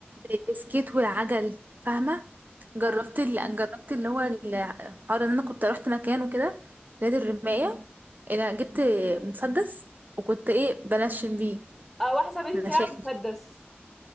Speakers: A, on the right; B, in the centre.
A: زي البسكيت والعجل فاهمة جربت
B: اه
A: ال... جربت اللي هو الحوار ان انا كنت رحت مكان وكده في نادي الرماية انا جبت مسدس وكنت ايه بنشن بيه
B: آه، واحدة صاحبتي
A: نشان
B: بتلعب مسدس